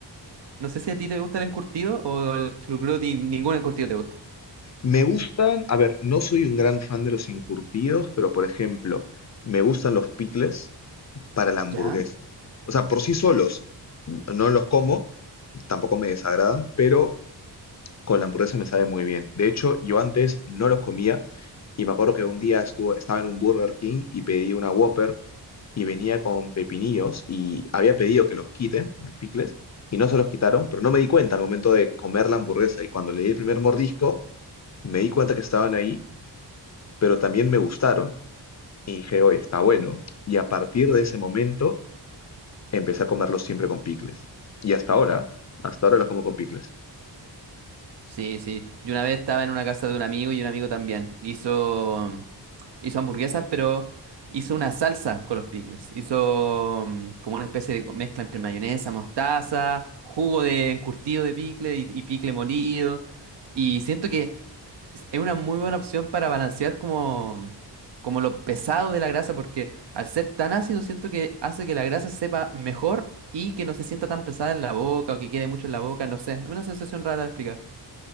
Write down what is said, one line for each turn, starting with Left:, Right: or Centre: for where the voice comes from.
Right: No sé si a ti te gusta el encurtido o el chucrut y ningún encurtido te gusta.
Left: Me gustan, a ver, no soy un gran fan de los encurtidos, pero por ejemplo, me gustan los picles, para la hamburguesa.
Right: ¿Ya?
Left: O sea, por sí solos no los como, tampoco me desagradan, pero con la hamburguesa me sabe muy bien. De hecho, yo antes no los comía y me acuerdo que un día estuvo, estaba en un Burger King y pedí una Whopper y venía con pepinillos y había pedido que los quiten, los picles, y no se los quitaron, pero no me di cuenta al momento de comer la hamburguesa y cuando le di el primer mordisco me di cuenta que estaban ahí, pero también me gustaron y dije, oye, está bueno. Y a partir de ese momento empecé a comerlos siempre con picles. Y hasta ahora, hasta ahora los como con picles.
Right: Sí, sí. Yo una vez estaba en una casa de un amigo y un amigo también. Hizo. Hizo hamburguesas, pero hizo una salsa con los pickles. Hizo mm, como una especie de co- mezcla entre mayonesa, mostaza, jugo de encurtido de pickle y, y pickle molido. Y siento que es es una muy buena opción para balancear como, como lo pesado de la grasa, porque al ser tan ácido siento que hace que la grasa sepa mejor y que no se sienta tan pesada en la boca o que quede mucho en la boca, no sé. Es una sensación rara de explicar.